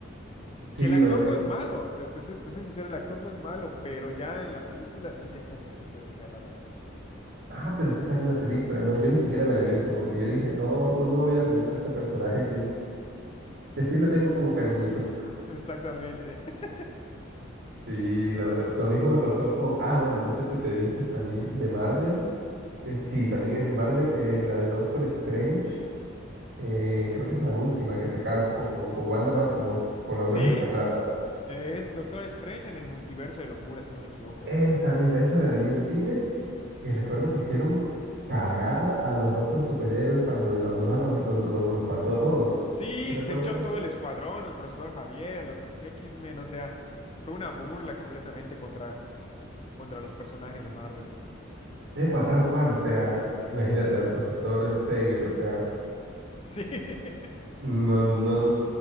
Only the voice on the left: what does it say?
Que el actor
no es malo, te, te soy te soy sincero, el actor no es malo, pero ya en la película sí dejó mucho que desear la adaptación.
Exactamente. <laughs>
Sí,
eh, es Doctor Strange en el multiverso de locura, si no me equivoco.
Sí,
se echó todo el escuadrón, el profesor Javier, a lo que X-Men, o sea, fue una burla completamente contra, contra los personajes de Marvel.
Sí, <laughs>